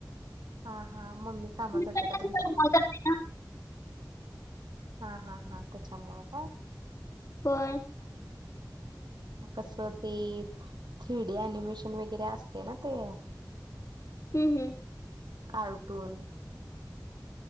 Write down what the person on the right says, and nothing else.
हा हा मम्मी कामाला जात्या
काय
तुमची?
हा हा हा त्याच्यामुळ काय.
हम्म मग कसं ते थ्रीडी अनिमेशन वगैरे असते ना ते. <inaudible>
कार्टून अ